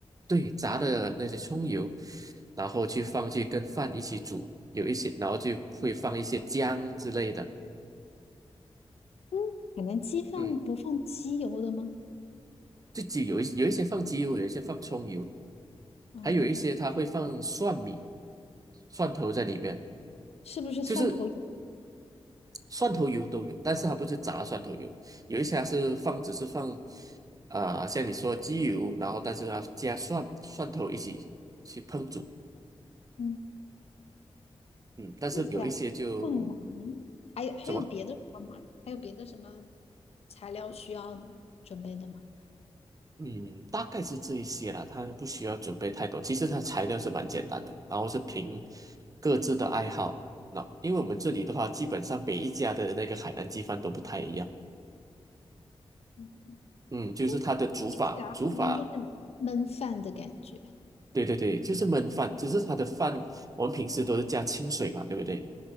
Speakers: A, on the right; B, on the left.
A: 对，炸的那些葱油，然后去放去跟饭一起煮，有一些，然后就会放一些姜之类的。
B: 嗯，海南鸡饭不放鸡油的吗？
A: 嗯，自己有一有一些放鸡油，有一些放葱油，
B: 哦，
A: 还有一些它会放蒜米、蒜头在里面，
B: 是不是蒜头油？
A: 就是蒜头油都有，但是它不是炸蒜头油，有一些它是放只是放啊、像你说鸡油，然后但是它加蒜蒜头一起去烹煮，
B: 嗯，
A: 嗯，但是有一些就
B: 听起来不难。还有还有别的什么吗？
A: 怎么？
B: 还有别的什么材料需要准备的吗？
A: 嗯，大概是这一些啦，它不需要准备太多。其实它材料是蛮简单的，然后是凭各自的爱好。那因为我们这里的话，基本上每一家的那个海南鸡饭都不太一样。
B: 嗯，
A: 嗯，就是它的煮法，
B: 听听起来好像就是焖饭的感觉。
A: 煮法，对对对，就是焖饭，只是它的饭我们平时都是加清水嘛，对不对？